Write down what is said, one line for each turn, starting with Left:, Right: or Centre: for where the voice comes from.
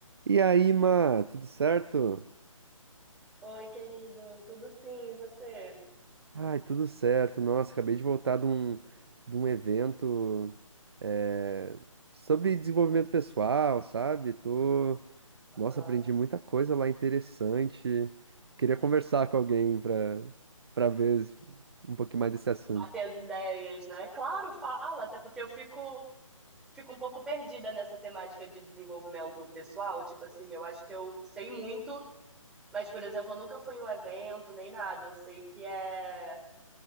Right: E aí, Má, tudo certo?
Centre: Oi, querido, tudo sim, e você?
Right: Ai, tudo certo. Nossa, acabei de voltar de um, de um evento eh, sobre desenvolvimento pessoal, sabe? Tô... Nossa,
Centre: Aham.
Right: aprendi muita coisa lá interessante. Queria conversar com alguém pra, pra ver um pouquinho mais desse assunto.
Centre: Bater as ideias, né? Claro, fala, até porque eu fico, fico um pouco perdida nessa temática de desenvolvimento pessoal. Tipo assim, eu acho que eu sei muito, mas, por exemplo, eu nunca fui em um evento nem nada. Eu sei que é